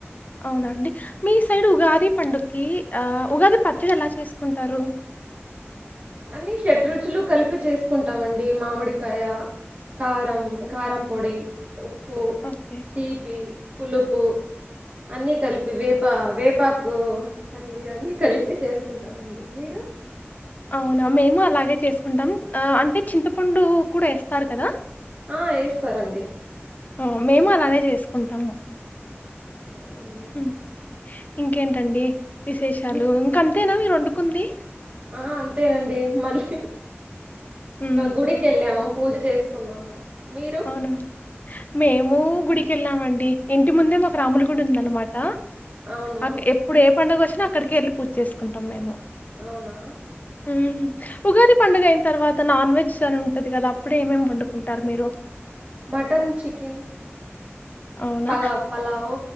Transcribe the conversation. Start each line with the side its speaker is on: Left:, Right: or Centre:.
Left: అవునాండి మీ సైడ్ ఉగాది పండుగకి ఆ ఉగాది పచ్చడి ఎలా చేసుకుంటారు
Right: అన్ని షెడ్ రుచులు కలిపి చేసుకుంటామండి మామిడికాయ కారం కారం పొడి ఉప్పు
Left: ఓకే
Right: తీపి పులుపు అన్ని కలిపి వేపా వేపాకు అది అన్ని కలిపి చేసుకుంటామండి మీరు
Left: అవునా మేము అలాగే చేసుకుంటాం అంటే చింతపండు కూడా ఎస్తారు కదా
Right: ఆ ఎస్తారండి
Left: ఓ మేము అలానే చేసుకుంటాము
Right: అవునండి
Left: ఉమ్, ఇంకేంటండి విశేషాలు
Right: మీ
Left: ఇంక అంతేనా మీరు వండుకుంది
Right: ఆ అంతేనండి మళ్ళీ
Left: ఉమ్,
Right: గుడికి వెళ్ళాము పూజ చేసుకున్నాము మీరు
Left: అవునా మేము గుడికి వెళ్ళామండి ఇంటి ముందే మాకు రాములు గుడి ఉంది అన్నమాట
Right: అవును
Left: అ ఎప్పుడు ఏ పండుగ వచ్చినా అక్కడికి వెళ్ళి పూజ చేసుకుంటాం మేము
Right: అవునా
Left: ఉమ్ ఉగాది పండుగ అయిన తర్వాత అ నాన్ వెెజ్ అని ఉంటుది కదా అప్పుడు ఏమేం వండుకుంటారు మీరు
Right: మటన్ చికెన్
Left: అవునా
Right: పలా పలావ్